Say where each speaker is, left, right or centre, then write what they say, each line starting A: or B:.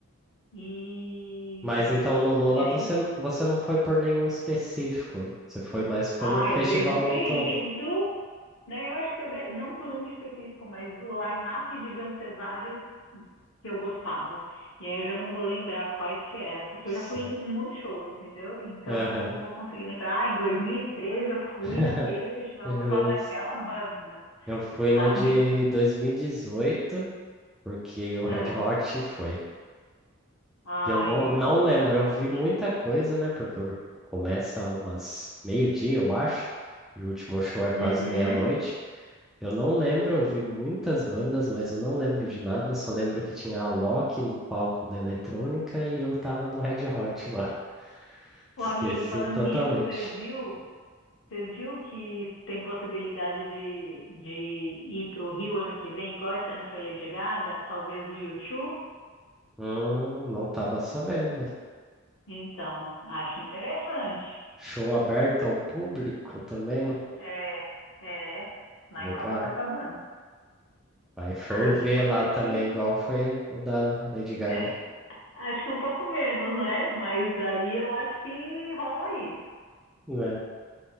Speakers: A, on the left; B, in the centre.
A: E,
B: Mas então no Lola
A: e aí
B: você, você não foi por nenhum específico, você foi mais pelo
A: Ah,
B: festival
A: eu devo ter
B: num todo.
A: ido, né? Eu acho que eu de- não por um específico, mas o line-up deviam ter vários que eu gostava. E aí eu já não vou lembrar quais que eram, porque
B: Sei.
A: eu já fui em muito show, entendeu? Então
B: Aham.
A: não vou conseguir lembrar. Ah, em 2013 eu fui
B: <laughs>
A: naquele festival
B: Justo.
A: por causa daquela banda,
B: Eu fui no
A: sabe?
B: de 2018 porque o
A: Ah,
B: Red Hot foi.
A: ai,
B: E Eu não,
A: muito
B: não
A: bom,
B: lembro,
A: Red
B: eu
A: Hot.
B: vi muita coisa, né? Porque eu- começa umas meio-dia, eu acho, e o último show é quase
A: Uhum.
B: meia-noite. Eu não lembro, eu vi muitas bandas, mas eu não lembro de nada, só lembro que tinha a Loki no palco da eletrônica e eu tava no Red Hot lá. <laughs>
A: Ô,
B: Esqueci
A: amigo, falando
B: totalmente.
A: nisso, você viu? Você viu que tem possibilidade de, de ir para o Rio ano que vem, igual esse ano foi Lady Gaga? Talvez o U2?
B: Hum, não tava sabendo.
A: Então, acho interessante.
B: Show aberto ao público também.
A: É, é, lá
B: Legal.
A: em Copacabana.
B: Vai ferver
A: Aí pode
B: lá
A: ser
B: também,
A: que.
B: igual foi o da Lady Gaga.
A: é, acho que um pouco menos, né? Mas aí eu acho que rola aí.
B: É.